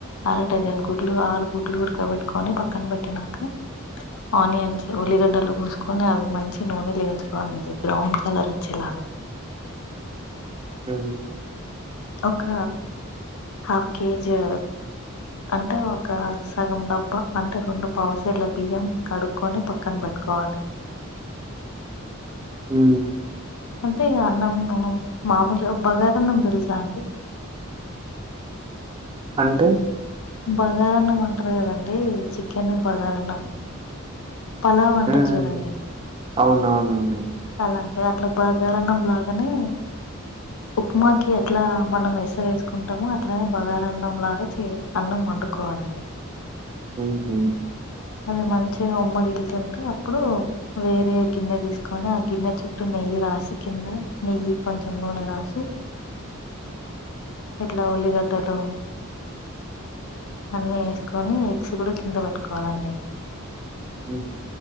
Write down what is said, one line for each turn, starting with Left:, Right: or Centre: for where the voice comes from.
Left: అర డజన్ గుడ్లు ఆరు గుడ్లు ఉడకబెట్టుకొని పక్కన పెట్టినాక ఆనియన్స్ ఉల్లిగడ్డలు కూసుకొని అవి మంచి నూనె లేగించుకోవాలండి బ్రౌన్ కలర్ వచ్చేలా అ
Right: ఆ
Left: ఒక హాఫ్ కేజీ అంటే ఒక సగం డబ్బా అంటే రెండు పావుసేర్ల బియ్యం కడుక్కకొని పక్కన పెట్ట ట్టుకోవాలి
Right: హ
Left: అంటే అన్నం మనం మామూలుగాబ్ బగారన్నం తెలుసా అండి
Right: అంటే
Left: బగారాన్నం అంటారు కదండి చికెన్ బగారాన్నం పలావ అంటారు
Right: హ్మ్.
Left: చూడండి
Right: అవునవునవును.
Left: అలా అంటే అట్లా బకారన్నం లాగానే ఉప్మాకి ఎట్లా మనం వెసర వేసుకుంటామో అట్లానే బగార అన్నం లాగా చే అన్నం వండుకోవాలండి
Right: ఆహ
Left: అది మంచిగా ఉమ్మగిలుతుంటే అప్పుడు వేరే గిన్నె తీసుకొని ఆ గిన్నె చుట్టూ నెయ్యి రాశి కింద నెయ్యి కొంచెం నూనె రాశి ఎట్లా ఉల్లిగడ్డలు అన్నీ వేసుకొని ఎగ్స్ కూడా కింద పెట్టుకోవాలండి
Right: ఉ